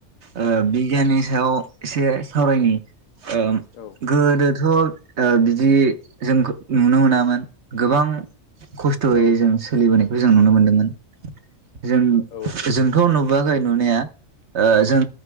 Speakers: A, on the right; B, on the left.
A: ओ बिगियाननि सायाव। एसे सावरायनि। ओ
B: औ
A: गोदो थ बिदि जों नुनो मोनामोन गोबां खस्थयै
B: औ
A: जों सोलिबोनाय। सोलिबोनायखौ जों नुनो मोनदोंमोन। जों
B: औ
A: जोंथ' नुब नुवाखै नुनाया ओ जों